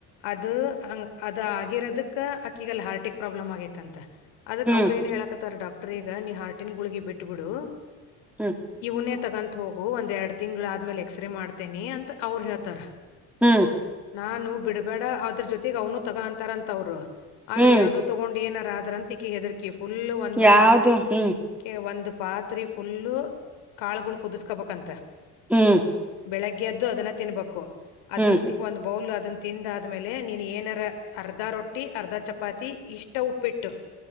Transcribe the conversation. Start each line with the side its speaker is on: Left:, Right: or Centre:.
Left: ಅದು ಹಂಗ್ ಅದ ಆಗಿರೋದಕ್ ಅಕ್ಕಿಗಲ್ಲ ಹಾರ್ಟಿಕ್ ಪ್ರಾಬ್ಲಮ್ ಆಗೇತ್ಂತ ಅದಕ್
Centre: ಹ್ಮ್
Left: ಅವ್ರ ಏನ್ ಹೇಳಕ ರ್ ಡಾಕ್ಟರ್ ಈಗ ನೀ ಹಾರ್ಟಿನ ಗುಳಗಿ ಬಿಟ್ಟಬಿಡು
Centre: ಹೂ
Left: ಇವನೇ ತಗಂತ ಹೋಗು ಒಂದ್ ಎರಡ್ ತಿಂಗ್ಗಳ ಆದ್ಮೇಲೆ ಎಕ್ಸ್್ರೇ ಮಾಡ್ತೇನಿ ಅಂತ ಅವ್ರು ಹೇಳ್ತಾರ
Centre: ಹ್ಮ್
Left: ನಾನು ಬಿಡಬೇಡ ಆದ್ರ ಜೊತೆಗೆ ಅವ್ನು ತಗ ಅಂತಾರ ಅಂತ ಅವ್ರು ಆದ್ರೆ
Centre: ಹ್ಮ್
Left: ಎರಡುೂ ತಗೊಂಡ್ ಏನಾರ ಅದ್ರಂತಿಕಿ ಹೆದರಿಕಿ ಫುಲ್ಲು ಒಂದ್
Centre: ಯಾವ್ದು
Left: ಪಾತ್ರೆ
Centre: ಹ್ಮ್
Left: ಕೆ ಒಂದ್ ಪಾತ್ರಿ ಫುಲ್ಲ ಕಾಳು ಕುದಿಸಕೊಬೇಕಂತ
Centre: ಹೂ
Left: ಬೆಳಿಗ್ಗೆ ಎದ್ದು ಅದನ್ನ ತಿನ್ಬೇಕು ಅದನ್
Centre: ಹ್ಮ್
Left: ಒಂದ್ ಬೌಲ್ ಅದನ್ನ ತಿಂದ ಆದ್ಮೇಲೆ ನೀನ್ ಏನಾರ ಅರ್ಧ ರೊಟ್ಟಿ ಅರ್ಧ ಚಪಾತಿ ಇಷ್ಟ ಉಪ್ಪಿಟ್ಟು <unintelligible>